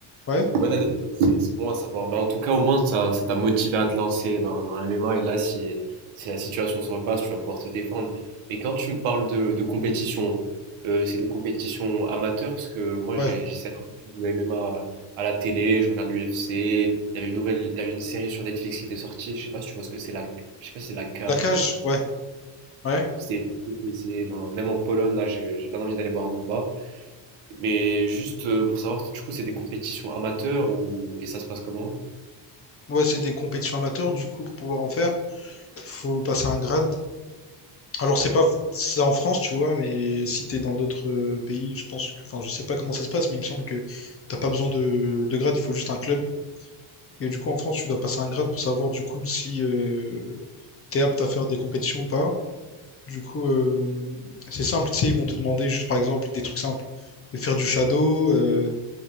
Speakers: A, on the left; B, on the right.
A: Ouais,
B: C'est une bonne anecdote, c'est c'est bon à savoir. Ben, en tout cas, au moins, ça, ça t'a motivé à te lancer dans, dans le MMA. Et là, si, si la situation se repasse, tu vas pouvoir te défendre. Mais quand tu me parles de, de compétition, euh, c'est des compétitions amateurs, parce que moi,
A: ouais.
B: j'ai- j'essaie de suivre le MMA à la télé, je regarde l'UFC. Il y avait une nouvelle, il y avait une série sur Netflix qui était sortie. Je sais pas si tu vois ce que c'est la, je sais pas si c'est la cage
A: La cage,
B: ou un truc comme ça.
A: ouais, ouais.
B: C'est, c'est- c'est dans- même en Pologne, là, j'ai j'ai bien envie d'aller voir un combat. Mais juste euh, pour savoir, du coup, c'est des compétitions amateurs ou et ça se passe comment?
A: Ouais, c'est des compétitions amateurs, du coup, pour pouvoir en faire, faut passer un grade Alors, c'est pas f- ça en France, tu vois, mais si t'es dans d'autres euh, pays, je pense, que- enfin, je sais pas comment ça se passe, mais il me semble que t'as pas besoin de, de grade, il faut juste un club. Et du coup, en France, tu dois passer un grade pour savoir, du coup, si euh, t'es apte à faire des compétitions ou pas. Du coup, euh, c'est simple, tu sais, ils vont te demander juste, par exemple, des trucs simples, de faire du shadow, euh,